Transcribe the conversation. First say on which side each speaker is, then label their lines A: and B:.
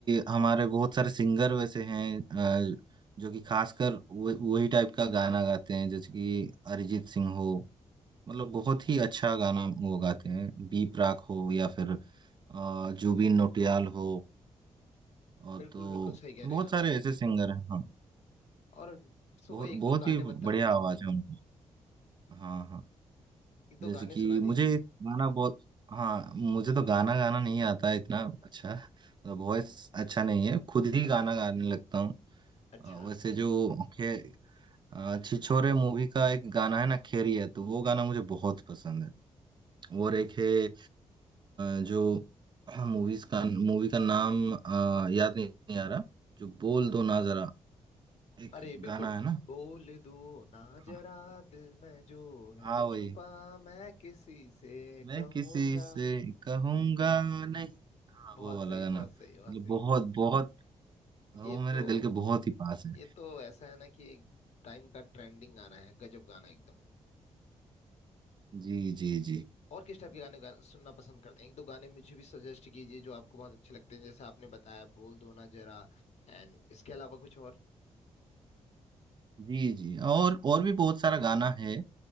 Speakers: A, on the right (about 40°); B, on the left (about 65°).
A: हमारे बहुत सारे सिंगर वैसे हैं अ, जो कि खासकर वो- वही टाइप का गाना गाते हैं जैसे कि अरिजीत सिंह हो मतलब बहुत ही अच्छा गाना वो गाते हैं बी प्राक हो या फिर अ, जुबिन नौटियाल हो और
B: बिल्कुल
A: तो
B: बिल्कुल सही कह
A: बहुत
B: रहे हैं आप
A: सारे ऐसे सिंगर हैं हाँ
B: और उसको
A: बहुत
B: कोई एक
A: बहुत
B: दो गाने
A: ही
B: बता
A: बढ़िया
B: दीजिए
A: आवाज है उनकी हाँ हाँ
B: एक दो
A: जैसे
B: गाने
A: कि
B: सुना
A: मुझे
B: दीजिए
A: गाना बहुत हाँ मुझे तो गाना गाना नहीं आता है इतना अच्छा मतलब वॉइस अच्छा नहीं है खुद ही गाना गाने लगता हूँ
B: अच्छा
A: अ, वैसे जो खे अ, छिछोरे मूवी का एक गाना है ना खेरी है तो वो गाना मुझे बहुत पसंद है और एक है अ, जो मूवीज का मूवी का नाम अ, याद नहीं आ रहा जो बोल दो ना जरा एक
B: अरे बिल्कुल
A: गाना है ना
B: बोल दो ना
A: हाँ
B: जरा दिल में जो
A: हाँ
B: है छुपा
A: वही
B: मैं किसी से
A: मैं
B: कहूंगा
A: किसी से कहूंगा नहीं हाँ,
B: बहुत
A: वो वाला
B: सही
A: गाना
B: बहुत
A: मतलब
B: सही बहुत सही
A: बहुत बहुत वो
B: ये
A: मेरे
B: तो
A: दिल के बहुत ही पास है
B: ये तो ऐसा है ना कि एक टाइम का ट्रेंडिंग गाना है गजब गाना एकदम
A: जी जी जी
B: और किस टाइप के गाने, गा, सुनना पसंद करते हैं एक दो गाने मुझे भी सजेस्ट कीजिए जो आपको बहुत अच्छे लगते हैं जैसे आपने बताया बोल दो ना जरा एंड इसके अलावा कुछ और
A: जी जी और और भी बहुत सारा गाना है